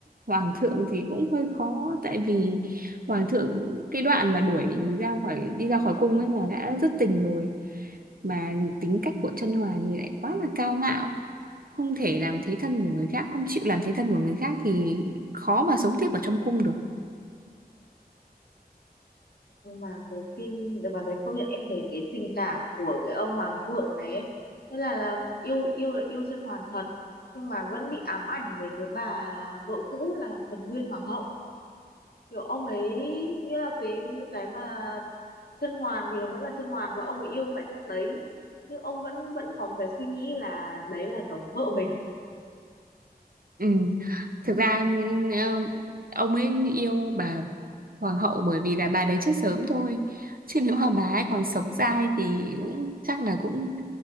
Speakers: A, on the right (about 60°); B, on the left (about 70°).
A: hoàng thượng thì cũng hơi khó tại vì hoàng thượng cái đoạn mà đuổi ra khỏi đi ra khỏi cung ấy là đã rất tình rồi mà tính cách của Chân Hoàn thì lại quá là cao ngạo không thể làm thế thân của người khác không chịu làm thế thân của người khác thì khó mà sống tiếp ở trong cung được
B: mà cái phim mà cái công nhận em thấy cái tình cảm của cái ông hoàng thượng này ấy, thế là, là yêu yêu là yêu chân hoàn thật nhưng mà vẫn bị ám ảnh về cái bà vợ cũ là thuần nguyên hoàng hậu kiểu ông ấy như là cái những cái mà chân hoàn thì vẫn là chân hoàn và ông ấy yêu khoảnh khắc đấy nhưng ông vẫn vẫn có một cái suy nghĩ là đấy là giống vợ mình
A: Ừ. Thực ra ờ, ông ấy yêu bà hoàng hậu bởi vì là bà đấy chết sớm thôi. Chứ nếu mà bà ấy còn sống dai thì cũng chắc là cũng